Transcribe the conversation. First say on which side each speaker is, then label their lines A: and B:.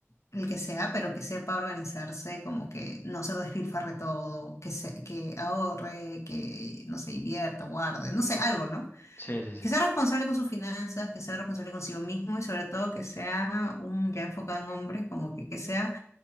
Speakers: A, on the left; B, on the left.
A: el que sea, pero que sepa organizarse, como que no se lo despilfarre todo, que se, que ahorre, que no se invierta, guarde, no sé, algo, ¿no?
B: sí, sí,
A: Que
B: sí.
A: sea responsable con sus finanzas, que sea responsable consigo mismo y sobre todo que sea un ya enfocado en hombres, como que, que sea